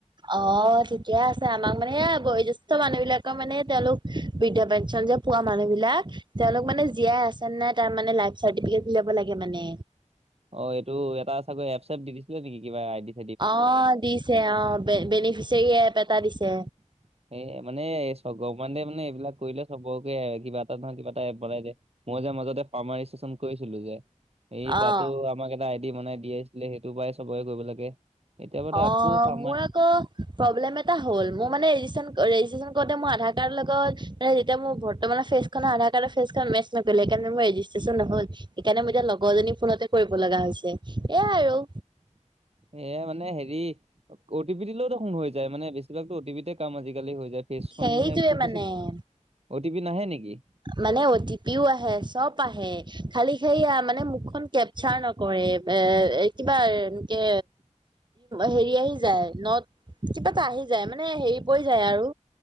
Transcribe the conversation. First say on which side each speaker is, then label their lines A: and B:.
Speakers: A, on the right; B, on the right.
A: অ', ঠিকে আছে, আমাক মানে বয়োজেষ্ঠ মানুহবিলাকৰ মানে তেওঁলোক বৃদ্ধা পেঞ্চন যে পোৱা মানুহবিলাক তেওঁলোক মানে জীয়াই আছে নাই তাৰ মানে লাইফ চাৰ্টিফিকেট উলিয়াব লাগে মানে।
B: অ', এইটো এটা চাগৈ এপ চেপ দি দিছিলে নেকি কিবা আই দিত
A: অ', দিছে অ' বেনিফিচিয়েৰী এপ এটা দিছে।
B: এ মানে <unintelligible> মানে এইবিলাক কৰিলে চবকে কিবা এটা নহয় কিবা এটা এপ বনাই দিয়ে। মই যে মাজতে ফাৰ্মাৰ ৰেজিষ্ট্ৰেচন কৰিছিলো যে। এই
A: অ',
B: তাতো আমাক এটা আইডি বনাই দি আছিলে সেইটো পৰাই চবকে কৰিব লাগে। এতিয়া বাৰুতে
A: অ',
B: আকৌ ফাৰ্মাৰ
A: মোৰ আকৌ প্ৰব্লেম এটা হ'ল মোৰ মানে ৰেজিচন ৰেজিষ্টেছন কৰোঁতে মোৰ আধাৰ কাৰ্ডৰ লগত মানে যেতিয়া মোৰ বৰ্তমানৰ ফেচ আধাৰ কাৰ্ড ফেজখন মেচ নকৰিলে সেইকাৰে মোৰ ৰেজিষ্ট্ৰেশচন নহ'ল। সেইকাৰণেই এতিয়া লগৰজনী ফোনতে কৰিব লগা হৈছে। এয়া আৰু।
B: এ মানে হেৰি অ টি দিলেওঁ দেখোন হৈ যায় মানে বেছিভাগতো অ টি পিতে কাম আজিকালি হৈ যায়। ফেচখন
A: সেইটোৱে
B: মানে খুব
A: মানে।
B: বেছি অ' টি পি নাহে নেকি?
A: মানে অ' টি পিও আহে চব আহে খালি সেয়া মানে মুখখন কে ছাৰ নকৰে এ কিবা এনকে হেৰি আহি যায় ন কিবা এটা আহি যায় মানে হেৰি পৰি যায় আৰু।